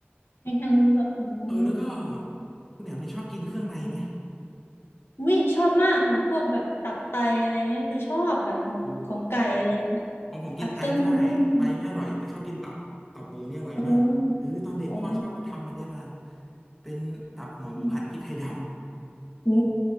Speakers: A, on the left; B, in the centre.
A: แข็งๆมันแบบอืม
B: เออแล้วก็คุณแหนมเนี่ยชอบกินเครื่องในไหม
A: วิชอบมากว่ะพวกแบบตับไตอะไรเงี้ยคือชอบแบบของของไก่อะไรเงี้ย
B: โอ้ ของผมกินไตไม่ได้ไตไม่อร่อยแต่ชอบกินตับตับหมูเนี่ยอร่อยมากเออตอนเด็กพ่อชอบทำมันเนี้ยมา
A: พุ่งขึ้นมาอ๋ออ๋อ
B: เป็นตับหมูผัดพริกไทยดำ
A: อืมโอ้